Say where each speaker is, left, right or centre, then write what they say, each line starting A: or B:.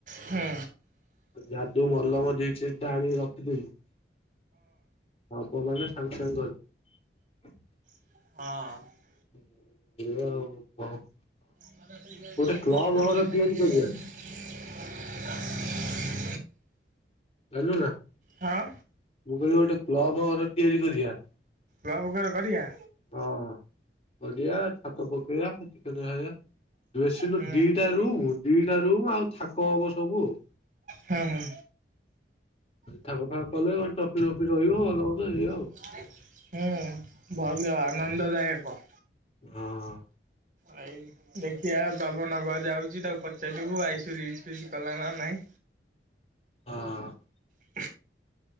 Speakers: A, on the right (about 45°); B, on the left (about 35°).
A: ହୁଁ
B: ଯାଦୁ ମଲମ ଦେଇଛି। ଟା ଆଣୀକି ରଖିଥିବୁ। <inaudible> ହଁପ ମାନ ଆସଙ୍ଗ ଗପୁର <inaudible>
A: ହଁ।
B: <unintelligible>
A: <unintelligible>
B: ଗୋଟେ କ୍ଲବ ଘର ତିଆରି କରିବା କିଲୁ ନା ମୁଁ
A: ହଁ
B: କହିଲି ଗୋଟେ କ୍ଲବ ଘର ତିଆରି କରିବା। <inaudible>
A: ରୁଆ ପୋଖରୀ କରିବା
B: ହଁ କରିଆ ଛାତ ପକେଇଆ କେଦ ହୋ ଏସି
A: ହୁଁ
B: ର ଦୁଇଟା ରୁମ୍। ଦିଟା ରୁମ୍ ଆଉ ଥାକ ହବ ସବୁ ଆଉ
A: ହଁ ହଁ।
B: ଫାଙ୍କ ଫାଙ୍କ କଲେ କଣ ଟ୍ରଫି ଫ୍ରଫି ରହିବ ଭଲ ଏଇଆ ଆଉ।
A: ହୁଁ ଭଲ ଯ ଆନନ୍ଦଦାୟକ
B: ହଁ।
A: ଏଇ ଦେଖିବା ବାବନଗର ଯାଉଛି ତାକୁ ପଚାରିବୁ ଆଇସରି କଲା ନା ନାଇ
B: ହଁ
A: <inaudible>